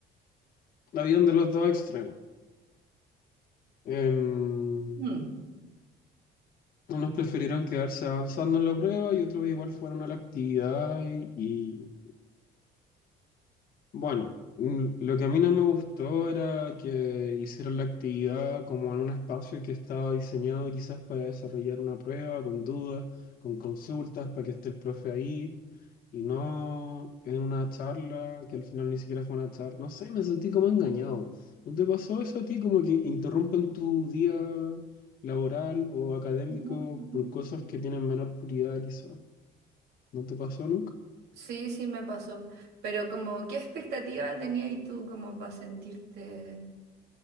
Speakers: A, on the left; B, on the right.
A: Habían de los dos extremos. Em,
B: Mm.
A: unos prefirieron quedarse avanzando en la prueba y otros igual fueron a la actividad y, y, Bueno, mm, lo que a mí no me gustó era que hicieran la actividad como en un espacio que estaba diseñado quizás para desarrollar una prueba, con dudas, con consultas, para que esté el profe ahí, y no en una charla que al final ni siquiera fue una charla. No sé, me sentí como engañado. ¿No te pasó eso a ti? Como que interrumpen tu día laboral o académico
B: Ujú, ujú.
A: por cosas que tienen menor prioridad quizás. ¿No te pasó nunca?
B: Sí, sí, me pasó. Pero como, ¿qué expectativa tenías tú como para sentirte